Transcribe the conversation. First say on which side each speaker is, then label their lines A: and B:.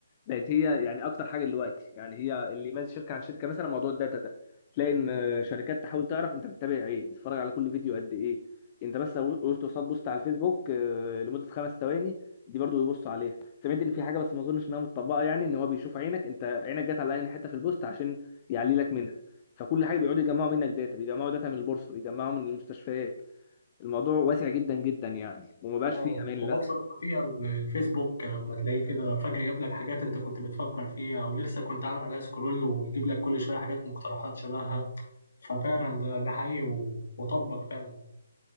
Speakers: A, on the left; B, on the left.
A: بقت هي يعني اكتر حاجه دلوقتي يعني هي اللي يميز شركه عن شركه مثلا موضوع الداتا ده تلاقي ان شركات تحاول تعرف انت بتتابع ايه تتفرج على كل فيديو قد ايه انت بس لو وقفت قصاد بوست على الفيسبوك آه، لمده خمس ثواني دي برضو بيبصوا عليها سمعت ان في حاجه بس ما اظنش انها متطبقه يعني ان هو بيشوف عينك انت عينك جت على اي حته في البوست عشان يعلي لك منها فكل حاجه بيقعدوا يجمعوا منك داتا بيجمعوا داتا من البورصه بيجمعوا من المستشفيات الموضوع واسع جدا جدا يعني وما بقاش
B: اه
A: فيه امان للاسف
B: هو ابسط ما فيها ال- الفيسبوك لما تلاقيه كده فجأة يجيب لك حاجات انت كنت بتفكر فيها او لسه كنت عامل عليها سكرول ويجيب لك كل شوية حاجات مقترحات شبهها ففعلا ده ده حقيقي و- وطبق فعلا